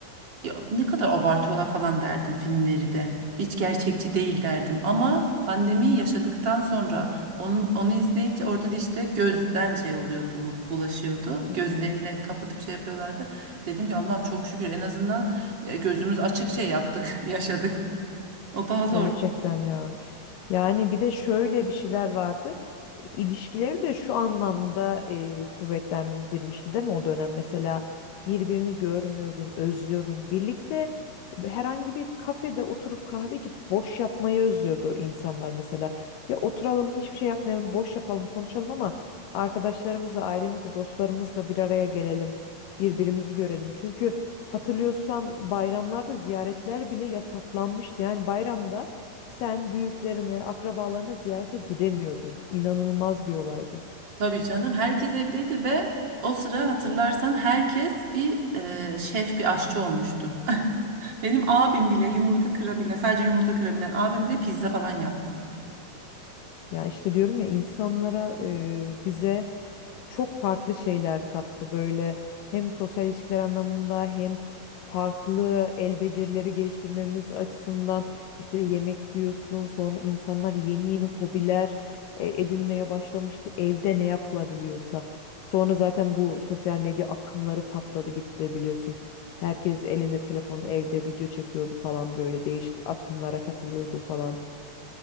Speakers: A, on the right (about 35°); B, on the left (about 80°).
A: Ya ne kadar abartıyorlar falan derdim filmleri de. Hiç gerçekçi değil derdim. Ama pandemiyi yaşadıktan sonra onu, onu izleyince orada da işte gözden şey oluyordu, bu- bulaşıyordu.
B: Hı
A: Gözlerini
B: hı.
A: kapatıp şey yapıyorlardı. Dedim ki Allah'ım çok şükür en azından e, gözümüz açık şey yaptık, <laughs> yaşadık. O daha zor.
B: Gerçekten ya. Yani bir de şöyle bir şeyler vardı. İlişkileri de şu anlamda e, kuvvetlendirmişti değil mi o dönem? Mesela birbirini görmüyordun, özlüyordun. Birlikte herhangi bir kafede oturup kahve içip boş yapmayı özlüyordu insanlar mesela. Ya oturalım, hiçbir şey yapmayalım, boş yapalım, konuşalım ama arkadaşlarımızla, ailemizle, dostlarımızla bir araya gelelim, birbirimizi görelim. Çünkü hatırlıyorsan bayramlarda ziyaretler bile yasaklanmıştı. Yani bayramda sen büyüklerini, akrabalarını ziyarete gidemiyordun. İnanılmaz bir olaydı.
A: Tabii canım herkes evdeydi ve o sıra hatırlarsan herkes bir e, şef, bir aşçı olmuştu. <laughs> Benim abim bile yumurta kırabilen, sadece yumurta kırabilen abim bile pizza falan yaptı.
B: Ya işte diyorum ya insanlara e, bize çok farklı şeyler kattı böyle hem sosyal ilişkiler anlamında hem farklı el becerileri geliştirmemiz açısından işte yemek diyorsun sonra insanlar yeni yeni hobiler e, edinmeye başlamıştı evde ne yapılabiliyorsa sonra zaten bu sosyal medya akımları patladı gitti biliyorsun herkes elinde telefon evde video çekiyordu falan böyle değişik akımlara katılıyordu falan